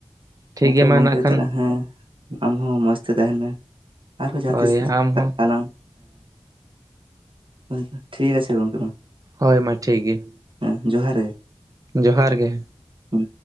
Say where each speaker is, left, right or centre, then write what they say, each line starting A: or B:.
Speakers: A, on the right; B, on the right.
A: ᱴᱷᱤᱠ
B: ᱦᱮᱸᱛᱚ
A: ᱜᱮᱭᱟ ᱢᱟ
B: ᱜᱚᱝᱠᱮ
A: ᱱᱟᱜ ᱠᱷᱟᱱ
B: ᱛᱟᱨᱮ ᱦᱮᱸ ᱟᱢ ᱦᱚᱸ ᱢᱚᱡᱽ ᱛᱮ ᱛᱟᱦᱮᱱ ᱢᱮ, ᱟᱨᱦᱚ ᱡᱟᱦᱟ
A: ᱦᱳᱭ
B: ᱛᱤᱥ
A: ᱟᱢ ᱦᱚᱸ
B: ᱟᱞᱟᱝ ᱦᱳᱭ, ᱴᱷᱤᱠ ᱟᱪᱷᱮ ᱜᱚᱝᱠᱮ ᱢᱟᱦ᱾
A: ᱦᱳᱭ, ᱢᱟ ᱴᱷᱤᱠ ᱜᱮᱭᱟ,
B: ᱦᱮᱸ ᱡᱚᱦᱟᱨ ᱜᱮ,
A: ᱡᱚᱦᱟᱨ ᱜᱮ᱾
B: ᱦᱩᱸ